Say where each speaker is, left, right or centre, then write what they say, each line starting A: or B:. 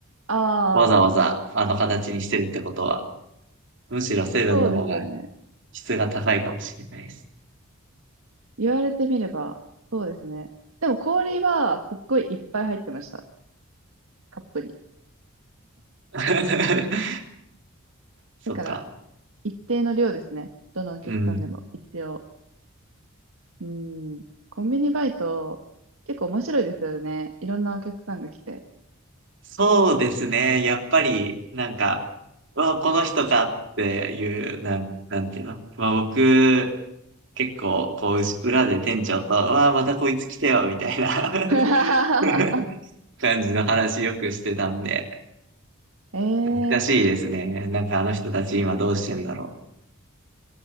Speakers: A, on the right; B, on the right.
A: ああ、
B: わざわざあの形にしてるってことは、むしろセブンの方が
A: そうですよね。
B: 質が高いかもしれないです。
A: 言われてみれば、そうですね。でも氷はすっごいいっぱい入ってました。カップに。
B: <laughs> そっか。
A: だから、一定の量ですね。どのお客さんでも、
B: うん。
A: 一応。うん。コンビニバイト、結構面白いですよね。いろんなお客さんが来て。
B: そうですね。やっぱり、なんか、うわ、この人かっていう、なん、なんていうの。まあ僕、結構、こう、うし裏で店長と、うわ、またこいつ来てよ、みたいな
A: <laughs>
B: <laughs> 感じの話よくしてたんで、
A: ええー
B: 懐かしいですね。なんかあの人たち今どうしてんだろ